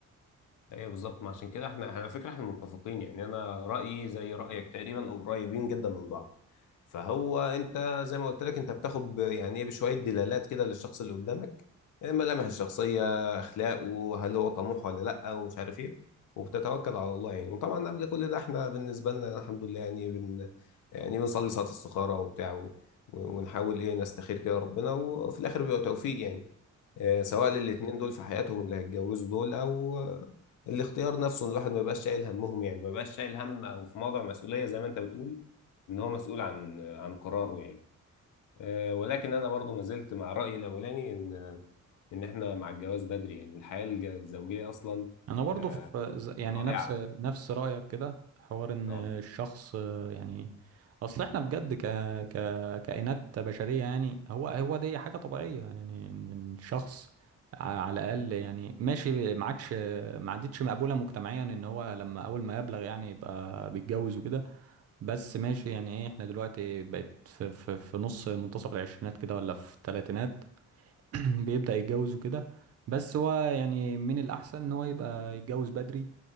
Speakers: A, on the left (about 75°); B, on the right (about 50°).
A: ايه بالظبط ما عشان كده احنا على فكره احنا متفقين يعني انا رايي زي رايك تقريبا او قريبين جدا من بعض فهو انت زي ما قلت لك انت بتاخد ب- يعني ايه بشويه دلالات كده للشخص اللي قدامك إيه ملامح الشخصيه اخلاقه هل هو طموح ولا لا ومش عارف ايه وبتتوكل على الله يعني وطبعا قبل كل ده احنا بالنسبه لنا الحمد لله يعني بن يعني بنصلي صلاه استخاره وبتاع و- ونحاول ايه نستخير كده ربنا وفي الاخر بيبقى توفيق يعني آه، سواء للاتنين دول في حياتهم اللي هيتجوزوا دول او آه، الاختيار نفسه إن الواحد ما يبقاش شايل همهم يعني ما يبقاش شايل هم او في موضع مسؤولية زي ما انت بتقول ان هو مسؤول عن عن قراره يعني آه، ولكن انا برضو ما زلت مع رأيي الاولاني ان ان احنا مع الجواز بدري يعني الحياة الج- الزوجية اصلا
B: انا برضو
A: آه،
B: في ز- يعني
A: رائعة
B: نفس نفس رايك كده حوار ان
A: اه
B: الشخص آه، يعني اصل احنا بجد ك ك كائنات بشريه يعني هو هو دي حاجه طبيعيه يعني ان الشخص ع- على الاقل يعني ماشي ما عادش ما عادتش مقبوله مجتمعيا ان هو لما اول ما يبلغ يعني يبقى بيتجوز وكده بس ماشي يعني ايه احنا دلوقتي بقت في في في نص منتصف العشرينات كده ولا في الثلاثينات <clears throat> بيبدأ يتجوز وكده بس هو يعني من الأحسن إن هو يبقى يتجوز بدري